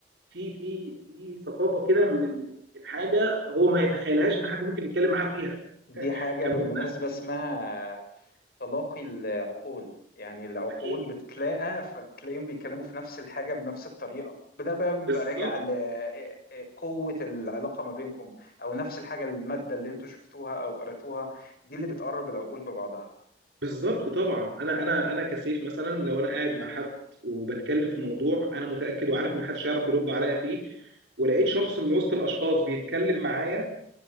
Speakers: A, on the right; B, on the left.
A: في في في ثقافه كده من من من حاجه هو ما يتخيلهاش ان حد ممكن يتكلم معاه فيها
B: دي حاجة
A: كان
B: بالمناسبة
A: ممتع
B: اسمها تلاقي العقول يعني العقول
A: اكيد
B: بتتلاقى فتلاقيهم بيتكلموا في نفس الحاجة بنفس الطريقة ده بقى بيبقى
A: بالظبط
B: راجع لقوة العلاقة ما بينكم أو نفس الحاجة المادة اللي انتوا شفتوها أو قرأتوها دي اللي بتقرب العقول ببعضها
A: بالظبط طبعا انا انا انا كسيف مثلا لو انا قاعد مع حد وبتكلم في موضوع انا متاكد وعارف ان محدش هيعرف يرد عليا فيه ولقيت شخص من وسط الاشخاص بيتكلم معايا